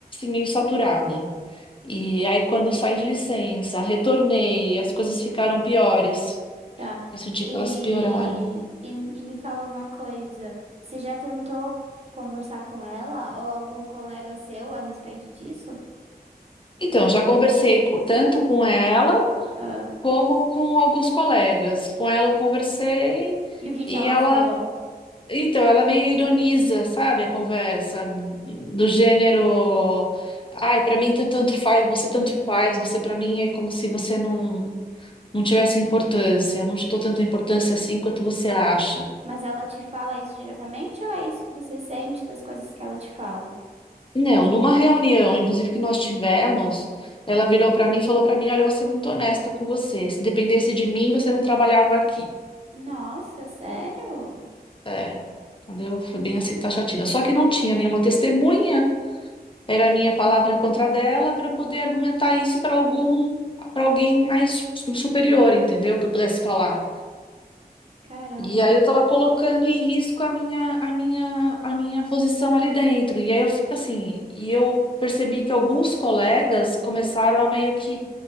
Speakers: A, on the left; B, on the right.
A: meio saturada. E aí, quando eu saí de licença, retornei, as coisas ficaram piores.
B: tá.
A: Eu senti
B: E,
A: que elas pioraram.
B: e, e me fala uma coisa, você já tentou conversar com ela ou algum colega seu a respeito disso?
A: Então, já conversei co- tanto com ela
B: Ah,
A: como com alguns colegas. Com ela eu conversei
B: e o que
A: e
B: que ela
A: ela,
B: falou?
A: então, ela meio ironiza, sabe, a conversa do gênero, ai, pra mim tanto tanto faz, você tanto faz, você pra mim é como se você não não tivesse importância, não te dou tanta importância assim quanto você acha.
B: Mas ela te fala isso diretamente ou é isso que você sente das coisas que ela te fala?
A: Não, numa reunião, inclusive que nós tivemos, ela virou para mim e falou para mim: Olha, eu vou ser muito honesta com você. Se dependesse de mim, você não trabalhava aqui.
B: Nossa, sério?
A: É, entendeu? Foi bem assim taxativa. Só que não tinha nenhuma testemunha, era a minha palavra contra a dela para eu poder argumentar isso para algum, para alguém mais superior, entendeu? Que eu pudesse falar.
B: Caramba.
A: E aí eu tava colocando em risco a minha, a minha, a minha posição ali dentro. E aí eu fico assim, e eu percebi que alguns colegas começaram a meio que